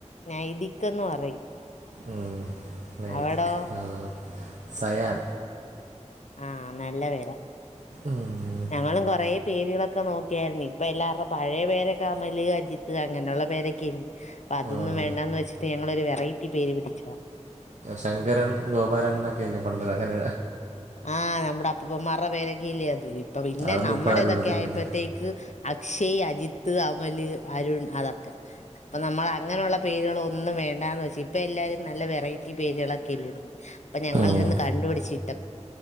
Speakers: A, on the left; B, on the right.
A: നൈതിക്ന്ന് പറയും
B: ഉം വൈദക്
A: അവിടോ
B: ആ സയാൻ
A: ആഹ നല്ല പേട
B: ഉം.
A: ഞങ്ങളും കൊറ പേരുകളൊക്കെ നോക്കിയാരരുന്നു ഇപ്പ എല്ലാവരുടെ പഴയ പേരൊക്കെ അമല് അജിത്ത് അങ്ങനെയുള്ള പേരൊക്കെയെല്ലേ അപ്പൊ അതൊന്നും
B: ഉം.
A: വേണ്ടാന്ന് വെച്ചിട്ട് ഞങ്ങളൊരു വെറൈറ്റി പേര് പിടിച്ചതാ
B: ശങ്കരൻ ഗോപാലൻ എന്നൊക്കെല്ലേ പണ്ടര അങ്ങനെ
A: ആഹ് നമ്മുടെ അപ്പപ്പന്മാരുടെ പേരൊക്കെല്ലേ അത് ഇപ്പ പിന്നെ
B: അതൊന്നും
A: നമ്മുടെ
B: ഇപ്പം ആരും
A: ഇതൊക്കെ
B: ഇടത്തില്ലല്ലേ
A: ആയപ്പോത്തേക്ക് അക്ഷയ് അജിത്ത് അമല് അരുൺ അതൊക്കെ അപ്പൊ നമ്മൾ അങ്ങനെയുള്ള പേരുകളോ ഒന്നും വേണ്ടാന്ന് വെച്ച ഇപ്പൊ എല്ലാരും നല്ല വെറൈറ്റി പേരുകളൊക്കെല്ല ഇടുന്നു അപ്പൊ ഞങ്ങള
B: ഉം.
A: ഇരുന്ന് കണ്ടുപിിച്ചട്ട്